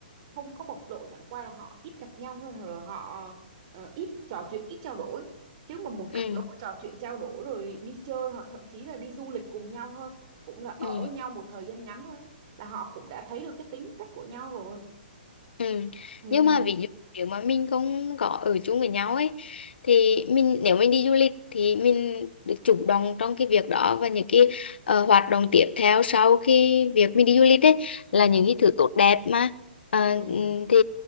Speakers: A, on the right; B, on the left.
A: không có bộc lộ chẳng qua là họ ít gặp nhau thôi rồi họ ờ, ít trò chuyện ít trao đổi chứ mà một cặp
B: ừ
A: đôi trò chuyện trao đổi rồi đi chơi hoặc thậm chí là đi du lịch cùng nhau thôi cũng là ở
B: ừ
A: với nhau một thời gian ngắn thôi là họ cũng đã thấy được cái tính cách của nhau rồi
B: Ừ.
A: ừ
B: Nhưng mà ví dụ nếu mà mình không có ở chung với nhau ấy thì mình nếu mình đi du lịch thì mình được chủ động trong cái việc đó và những cái ờ, hoạt động tiếp theo sau khi việc mình đi du lịch ấy
A: ừ
B: là những cái thứ tốt đẹp mà Ờ,
A: ừ
B: ừm, thì